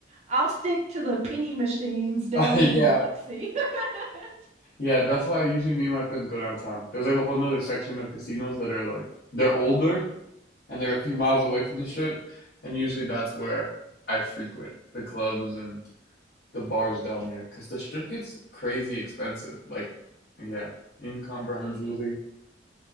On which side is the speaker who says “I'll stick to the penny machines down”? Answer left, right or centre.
Right